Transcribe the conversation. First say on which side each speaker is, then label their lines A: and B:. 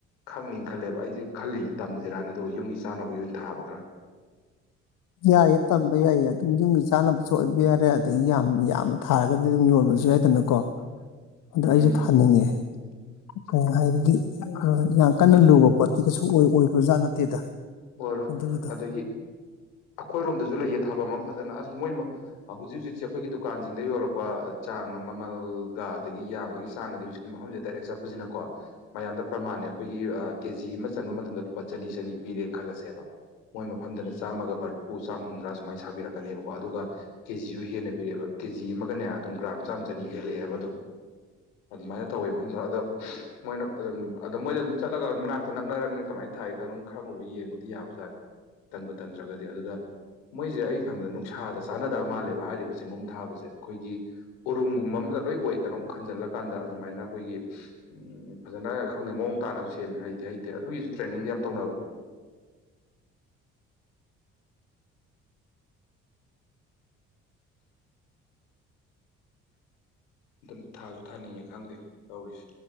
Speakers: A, on the left (about 70°); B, on the left (about 55°).
A: ꯈꯪꯅꯤꯅ ꯈꯜꯂꯦꯕ ꯑꯩꯗꯤ ꯈꯜꯂꯤꯅꯦ ꯇꯝꯁꯤꯔꯥꯅ ꯑꯗꯨꯒ ꯌꯨꯝꯒꯤ ꯆꯥꯅꯕꯒꯤ ꯑꯣꯏꯅ ꯊꯥꯕ ꯈꯔ
B: ꯌꯥꯏꯌꯦ ꯇꯝꯕ ꯌꯥꯏꯌꯦ ꯑꯗꯨꯝ ꯌꯨꯝꯒꯤ ꯆꯥꯅꯕꯁꯨ ꯑꯣꯏꯕ ꯌꯥꯔꯦ ꯑꯗꯒꯤ ꯌꯥꯝ ꯌꯥꯝꯅ ꯊꯥ ꯔꯗꯤ ꯑꯗꯨꯝ ꯌꯣꯟꯕꯖꯨ ꯌꯥꯏꯗꯅꯀꯣ ꯑꯗ ꯑꯩꯖꯨ
A: ꯎꯝ
B: ꯊꯥꯅꯤꯡꯉꯦ ꯀꯥ ꯍꯥꯏꯕꯗꯤ ꯑ ꯌꯥꯝ ꯀꯟꯅ ꯂꯨꯕ ꯄꯣꯠꯇꯤ ꯀꯩꯁꯨ ꯑꯣꯏ ꯑꯣꯏꯕꯖꯥꯠ ꯅꯠꯇꯦꯗ
A: ꯑꯣꯏꯔꯣꯏ
B: ꯑꯗꯨꯒꯤꯗꯣ
A: ꯑꯗꯒꯤ ꯑꯩꯈꯣꯏꯔꯣꯝꯗꯁꯨ ꯂꯩꯌꯦ ꯊꯥꯐꯝ ꯑꯃ ꯐꯖꯅ ꯑꯁ ꯃꯣꯏ ꯍꯧꯖꯤꯛ ꯍꯧꯖꯤꯛꯁꯦ ꯑꯩꯈꯣꯏꯒꯤ ꯗꯨꯀꯥꯟꯁꯤꯡꯗ ꯌꯣꯜꯂꯛꯄ ꯆꯥꯡ ꯃꯃꯜꯒ ꯑꯗꯒꯤ ꯌꯥꯝꯕꯒꯤ ꯆꯥꯡꯒꯗꯤ ꯍꯧꯖꯤꯛ꯫ ꯀꯤ ꯃꯐꯝꯖꯦ ꯗꯥꯏꯔꯦꯛ ꯆꯠꯄꯖꯤꯅ ꯀꯣ ꯃꯌꯥꯝꯗ ꯄ꯭ꯔꯃꯥꯟꯅꯦ ꯑꯩꯈꯣꯏꯒꯤ ꯑ ꯀꯦꯖꯤ ꯑꯃ ꯆꯟꯕ ꯃꯇꯝꯗ ꯂꯨꯄꯥ ꯆꯅꯤ ꯆꯅꯤ ꯄꯤꯔꯦꯅ ꯈꯜꯂꯁꯦꯕ ꯃꯣꯏ ꯃꯐꯝꯗꯅ ꯆꯥꯝꯃꯒ ꯃꯔꯐꯨ ꯆꯥꯝ ꯍꯨꯝꯗ꯭ꯔꯥ ꯁꯨꯃꯥꯏꯅ ꯁꯥꯕꯤꯔꯛꯀꯅꯦꯕꯀꯣ ꯑꯗꯨꯒ ꯀꯦꯖꯤꯁꯨ ꯍꯦꯟꯅ ꯄꯤꯔꯛꯑꯦꯕ ꯀꯦꯖꯤ ꯑꯃꯒꯅꯦ ꯑꯗꯨꯝ ꯒ꯭ꯔꯥꯝ ꯆꯥꯝꯃ ꯆꯅꯤ ꯍꯦꯜꯂꯛꯑꯦ ꯍꯥꯏꯕ ꯑꯗꯨꯝ ꯑꯗꯨꯃꯥꯏꯅ ꯇꯧꯋꯤ ꯃꯐꯝꯗ ꯑꯗꯣ ꯃꯣꯏꯅ ꯑꯗꯨꯝ ꯑ ꯃꯣꯏꯗ ꯑꯗꯨꯝ ꯆꯠꯂꯒ ꯃꯅꯥꯛꯇꯣ ꯅꯛꯅ꯭ꯔꯔꯕꯅꯤꯅ ꯀꯃꯥꯏꯅ ꯊꯥꯏ ꯈꯪꯕ ꯌꯦꯡꯉ ꯗꯤ ꯌꯥꯕꯖꯥꯠꯅꯤ ꯇꯟꯕ ꯇꯟꯗ꯭ꯔꯒꯗꯤ ꯑꯗꯨꯗ ꯃꯣꯏꯁꯦ ꯑꯩ ꯈꯟꯕꯗ ꯅꯨꯡꯁꯥꯗ ꯆꯥꯟꯅꯗꯕ ꯃꯥꯜꯂꯦꯕ ꯍꯥꯏꯔꯤꯕ ꯆꯦꯡꯒꯨꯝ ꯊꯥꯕꯁꯦ ꯑꯩꯈꯣꯏꯒꯤ ꯎꯔꯨꯝꯒꯨꯝꯕ ꯑꯃꯗ ꯂꯣꯏ ꯑꯣꯏ ꯀꯩꯅꯣꯝ ꯈꯟꯖꯜꯂꯀꯥꯟꯗ ꯑꯗꯨꯃꯥꯏꯅ ꯑꯩꯈꯣꯏꯒꯤ ꯐꯖꯅ ꯈꯪꯗꯦ ꯃꯑꯣꯡ ꯇꯥꯅꯁꯨ ꯁꯦꯝꯃꯦ ꯍꯩꯗꯤ ꯍꯩꯇꯦ ꯑꯗꯨꯒꯤꯁꯨ ꯇ꯭ꯔꯦꯅꯤꯡꯗꯤ ꯌꯥꯝ ꯇꯧꯅꯕꯅꯤ ꯑꯗꯨꯅ ꯊꯥꯁꯨ ꯊꯥꯅꯤꯡꯉꯦ ꯈꯪꯗꯦ ꯇꯧꯔꯤꯁꯦ